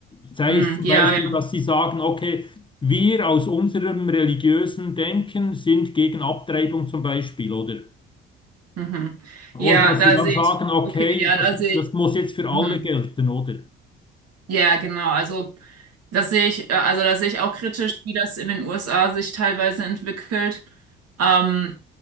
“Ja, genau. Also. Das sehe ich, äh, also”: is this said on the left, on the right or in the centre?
Right